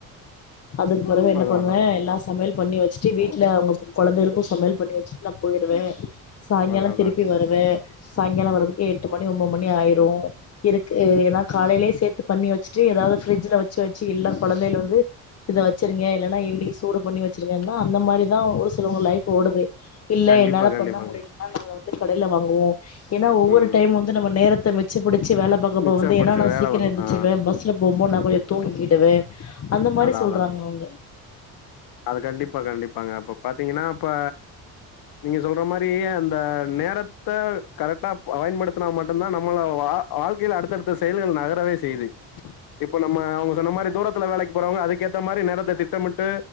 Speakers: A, on the left (about 40°); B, on the left (about 65°).
A: அதுக்கு பிறகு என்ன
B: அதா
A: பண்ணுவே
B: அதா
A: எல்லா சமையல் பண்ணி வச்சுட்டு வீட்ல அவங்க கொழந்தகளுக் சமையல் பண்ணி வச்சிட்டு நா போய்டுவே சாய்ங்காலம்
B: அதா அதாங்க
A: திருப்பி வருவே சாயங்காலோ வர்றதுக்கு எட்டு மணி ஒன்பது மணி ஆயிரு இருக்கு ஏனா காலையிலயே சேத்து பண்ணி வச்சுட்டு ஏதாவது ஃபிரிட்ஜ்ல வச்சு வச்சு இல்ல குழந்தைல வந்து இத வச்சிருங்க இல்லைன்னா ஈவினிங் சூடு பண்ணி வச்சிருங்கன்னா அந்த மாரிதா ஒரு சிலவங்க லைஃப் கூடவே இல்ல
B: கண்டிப்பா
A: என்னால
B: கண்டிப்பாங்க
A: பண்ண முடியலன்னா நாங்க வந்து கடையில வாங்குவோ ஏன்னா ஒவ்வொரு
B: ம்
A: டைம் வந்து நம்ம நேரத்த மிச்ச பிடிச்சு வேல பாக்க
B: மிச்ச
A: போ வந்து
B: புடிச்ச
A: ஏன்னா நா
B: வேல
A: சீக்கிரோ
B: பாக்கு
A: எந்திரிச்சிருவே
B: ஆ
A: பஸ்ல போம்போது நா கொஞ்சோ தூங்கிடுவே அந்த மாரி
B: அதா
A: சொல்றாங்க
B: அதா
A: அவங்க
B: அது கண்டிப்பா கண்டிப்பாங்க அப்ப பாத்தீங்கன்னா இப்ப நீங்க சொல்ற மாரி பியே அந்த நேரத் கரெக்டா பயன்படுத்தினா மட்டும்தா நம்ம வா வாழ்க்கையில அடுத்தடுத்த செயல்கள் நகரவே செய்யுது இப்ப நம்ம அவங்க சொன்ன மாரி தூரத்துல வேலைக்கு போறவங்க அதுக்கேத்த மாரி நேரத்தை திட்டமிட்டு